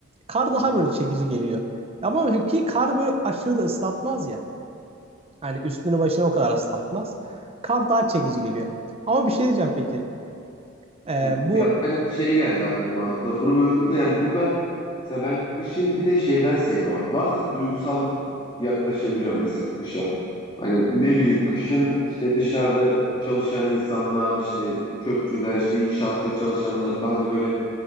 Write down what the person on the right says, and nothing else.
Kar daha
böyle çekici geliyor. Ama ki kar böyle aşırı da ıslatmaz ya. Yani üstünü başına o kadar ıslatmaz. Kar daha çekici geliyor. Ama bir şey diyeceğim peki. Ee,
bu